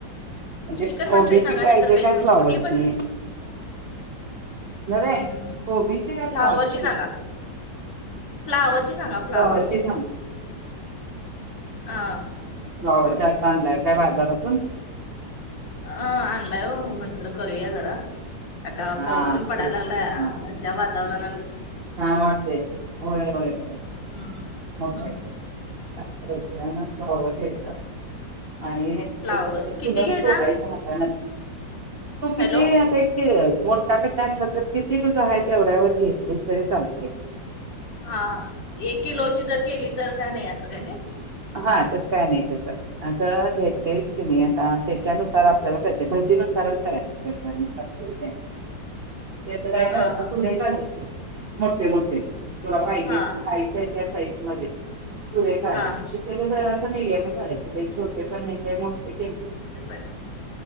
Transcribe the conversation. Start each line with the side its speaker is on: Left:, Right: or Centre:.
Right: म्हणजे
Left: चिकन
Right: कोबीची
Left: मंचुरी सांगा
Right: पाहिजे
Left: नाही तर व्हेज
Right: काय
Left: मंचुर
Right: फ्लॉवरची
Left: कुठली पस..
Right: नव्हे
Left: हम्
Right: कोबीची काय
Left: फ्लावरची
Right: फ्लॉवरची
Left: सांगा. फ्लावर ची सांगा फ्लावर.
Right: फ्लॉवरची काय
Left: हा
Right: रवाता आणलाय काय बाजारातून.
Left: अ आणलाय हो म्हणड करूया जरा आता
Right: हा
Left: पाऊस पण पडायला
Right: तेच की
Left: लागला
Right: हा
Left: आ वातावरण
Right: छान वाटते होय होय होय
Left: हम्म,
Right: मग
Left: हम्म.
Right: काय. पाहत यता आणि.
Left: फ्लावर
Right: त्याच
Left: किती
Right: चुलक
Left: घ्यायचा?
Right: तोडायच्या हाताान.. तू किती
Left: हॅलो
Right: आता एक मोठा कडता तर किती तुझ ह्याच्यावढ्यावर घेतलीस. तरी चालतय
Left: हा- हा एक किलोची जर केली तर काय नाही असं काय प्रमाण
Right: हा तस काय नाही त्याच असं घेतलेस की नाही आता त्याच्यानुसार आपल्याला कळते भंजीनुसारच करायचे प्रनानुसार <unintelligible> ते काय
Left: हा
Right: करायचं
Left: हा
Right: तुे <unintelligible> काढायचे मोठे -मोठे तुला पाहिजेय
Left: हा
Right: ते खायचंय त्या साईड मध्ये तुा
Left: हा
Right: <unintelligible> ते जरासं मिडियम काढायचे छोटे पण नाही <unintelligible> मोठे के
Left: बर,